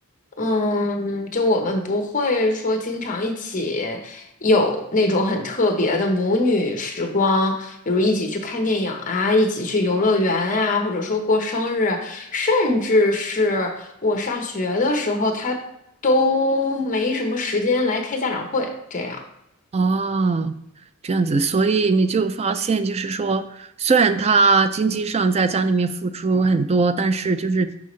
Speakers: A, on the left; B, on the right.
A: 嗯，就我们不会说经常一起有那种很特别的母女时光，比如一起去看电影啊，一起去游乐园啊，或者说过生日，甚至是。我上学的时候，他都没什么时间来开家长会，这样。
B: 哦，这样子，所以你就发现，就是说，虽然他经济上在家里面付出很多，但是就是，